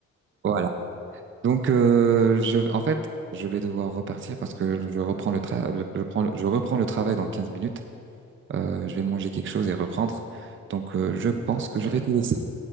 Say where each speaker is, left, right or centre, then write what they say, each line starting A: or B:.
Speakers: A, on the right (about 40°); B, on the right (about 85°).
A: Voilà. Donc euh, je en fait je vais devoir repartir parce que je reprends le tra je je prends le- je reprends le travail dans 15 minutes. Euh, je vais manger quelque chose et reprendre. Donc euh, je pense que je
B: pas
A: vais
B: de
A: te
B: problème.
A: laisser.